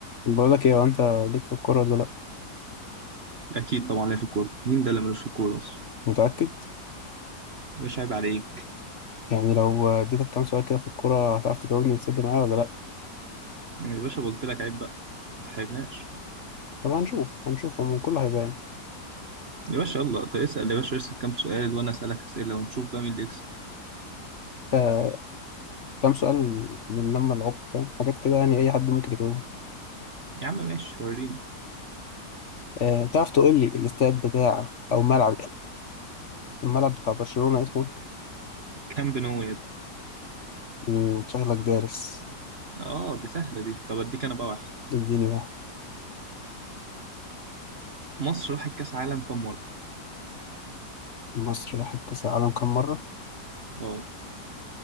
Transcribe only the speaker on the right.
اكيد طبعا ليا في الكوره مين ده اللي ملوش في الكوره اصلا
يا باشا عيب عليك
يا باشا قلت لك عيب بقى ما تحرجناش
يا باشا يلا انت اسال يا باشا اسال كام سؤال وانا اسالك اسئله ونشوف بقى مين اللي يكسب
يا عم ماشي وريني
كام بنو يا ابني
اه دي سهله دي طب اديك انا بقى واحد
مصر راحت كاس عالم كام مره
اه